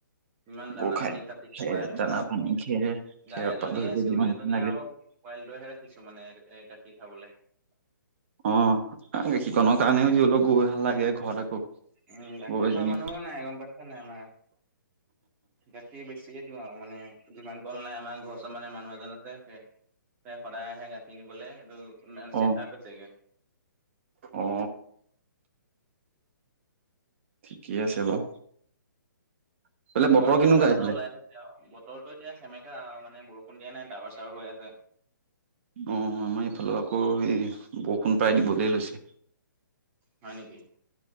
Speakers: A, on the right (about 15°); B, on the right (about 35°).
A: ইমান দানা
B: গৰু খাই
A: পানী কাটি
B: খেৰ
A: খুৱাই থকা
B: দানা
A: আকৌ
B: পানী খেৰ খেৰৰ
A: গাই এজনীয়ে,
B: পৰা ধৰি লৈ
A: চিউৰি
B: যিমান
A: এজনীয়ে
B: লাগে
A: আৰু পোৱালিটোহে ৰাখিছোঁ মানে এই গাখীৰ খাবলে
B: অ গাখীৰ কনও কাৰণেও যিহলো গৰু এহাল লাগি ঘৰত আকৌ
A: উম গাখীৰ
B: গৰু এজনী
A: খোৱা মানুহো নাই গম পাইছা নাই আমাৰ। গাখীৰ বেছিকে দিওঁ আৰু মানে যিমান কল নাই আমাৰ ঘৰ চৰ মানে মানুহ এজন আছে সেই সদায় আহে গাখীৰ নিবলে এটো মেন চেণ্টাৰত
B: অ
A: চেগে
B: অ ঠিকে আছে বাৰু এইফালে
A: সেইটোৰ
B: বতৰ
A: পৰাও দুটকা
B: কেনেকুৱা
A: এটকা
B: এইফালে
A: ওলাই থাকে আৰু বতৰতো এতিয়া সেমেকা আৰু মানে বৰষুণ দিয়া নাই ডাৱৰ চাৱৰ হৈ আছে।
B: অ আমাৰ এইফালে আকৌ সেই বৰষুণ প্ৰায় দিবলে লৈছে।
A: হয় নেকি